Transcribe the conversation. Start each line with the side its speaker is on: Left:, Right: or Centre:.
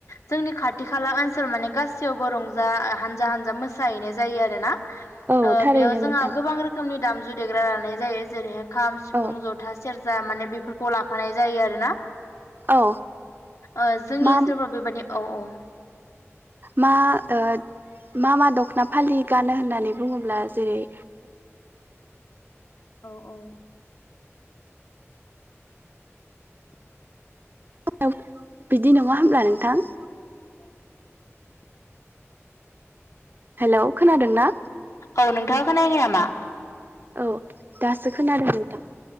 Left: जोंनि खाथि खाला ओनसोलाव माने गासैयावबो रंजा हानजा हानजा मोसाहैनाय जायो आरो ना
Right: औ
Left: ओ
Right: थारैनो
Left: बेयाव जोंहा
Right: नोंथां
Left: गोबां रोखोमनि दाम <unintelligible> देग्रा लानाय जायो जेरैहाय खाम सिफुं
Right: औ
Left: जथा सेरजा माने बेफोरखौ लाफानाय जायो आरोना।
Right: औ
Left: ओ जोंनि
Right: मा
Left: ओनसोलफ्राव बेबायदि औ औ
Right: मा ओ मा मा दख'ना फालि गानो होननानै बुङोब्ला जेरै
Left: औ औ <inaudible>
Right: <unintelligible> बिदि नङा
Left: औ
Right: होमब्ला नोंथां?
Left: नंगौ नोंथां
Right: हेलौ खोनादों ना?
Left: औ नोंथाङा खोनाखै नामा?
Right: औ दासो खोनादों नोंथां।